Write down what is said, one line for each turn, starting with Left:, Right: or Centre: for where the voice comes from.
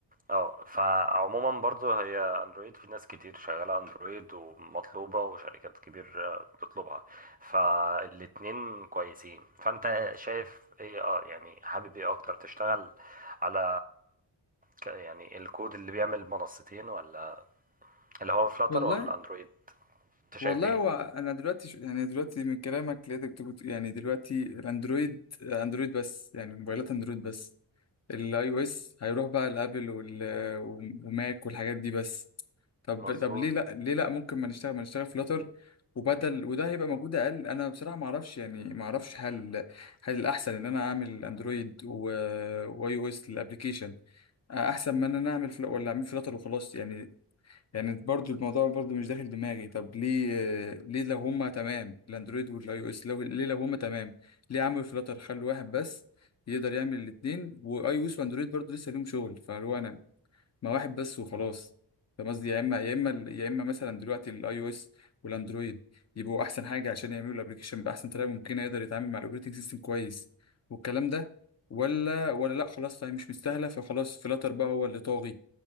Right: اه فعموما برضو هي اندرويد في ناس كتير شغالة اندرويد ومطلوبة وشركات كبير آه، بتطلبها فالاتنين كويسين فانت شايف ايه اه يعني حابب ايه اكتر تشتغل على ك- يعني الكود اللي بيعمل منصتين ولا اللي هو فلاتر
Left: والله
Right: ولا اندرويد انت شايف
Left: والله
Right: ايه
Left: هو انا دلوقتي ش... يعني دلوقتي من كلامك لقيتك بتقول يعني دلوقتي الاندرويد اندرويد بس يعني موبايلات اندرويد بس الاي او اس هيروح بقى لابل وال... وماك والحاجات دي بس طب
Right: مظبوط
Left: طب ليه لا ليه لا ممكن ما نشتغل ما نشتغل فلاتر وبدل وده هيبقى موجود اقل انا بصراحه ما اعرفش يعني ما اعرفش هل هل الاحسن ان انا اعمل اندرويد و... واي او اس للابلكيشن احسن ما ان انا اعمل فل... ولا اعمل فلاتر وخلاص يعني يعني برضو الموضوع برضو مش داخل دماغي طب ليه ليه لو هما تمام الاندرويد والاي او اس لو ليه لو هما تمام ليه عملوا فلاتر خلوا واحد بس يقدر يعمل الاثنين واي او اس واندرويد برضو لسه ليهم شغل فهو انا ما واحد بس وخلاص فاهم قصدي يا اما يا اما يا اما مثلا دلوقتي الاي او اس والاندرويد يبقوا احسن حاجه عشان يعملوا الابلكيشن باحسن طريقه ممكنه يقدر يتعامل مع الاوبريتنج سيستم كويس والكلام ده ولا ولا لا خلاص طيب مش مستاهله فخلاص فلاتر بقى هو اللي طاغي